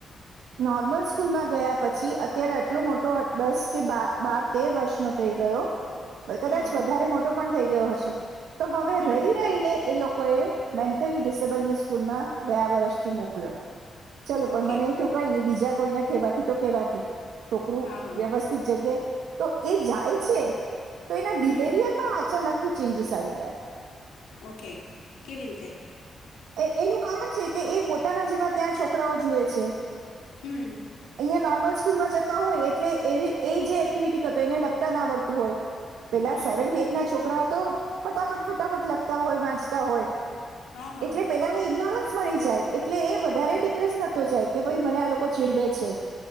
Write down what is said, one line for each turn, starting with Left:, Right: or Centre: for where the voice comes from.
Right: નોર્મલ સ્કૂલમાં ગયા પછી અત્યારે આટલો મોટો દસ કે બાર બા તેર વર્ષનો થઈ ગયો. કદાચ
Left: હમ
Right: વધારે મોટો પણ થઈ ગયો હશે. <inaudible> તો હવે
Left: હમ
Right: રહી, રહીને એ લોકો કોએ મેન્ટલી ડિસેબલની સ્કૂલમાં ગયા વર્ષથી મોકલ્યો. ચાલો
Left: ઓકે
Right: પણ મને એમ તો કઈ નઈ બીજા કોઈના કેવાથી તો કેવાથી છોકરું
Left: હા
Right: વ્યવસ્થિત જગ્યા તો એ જાય છે. તો એના
Left: હમ
Right: બિહેવિયર માં અચાનક ચેન્જસ આવી ગયા.
Left: ઓકે કેવી રીતે.
Right: એ એનું કારણ છે કે એ પોતાના જેવા ત્યાં છોકરાઓ જુએ છે.
Left: હમ
Right: અહીયા નોર્મલ. સ્કૂલમાં જતા હોય એટલે એ જે એક્ટિવિટીતો એને લગતા ના વડતું હોય. પેલા
Left: હમ
Right: સેવન્થ એથ ના છોકરાઓ તો. ફટાફટ ફટાફટ લખતા હોય વાંચતા હોય.
Left: હા હા
Right: એટલે પેલા ઇગ્નોરન્સ. મળી જાય. એટલે એ વધારે
Left: બરાબર
Right: ડિપ્રેસ થતો જાય. કે ભાઈ મને આ લોકો ચીડવે છે.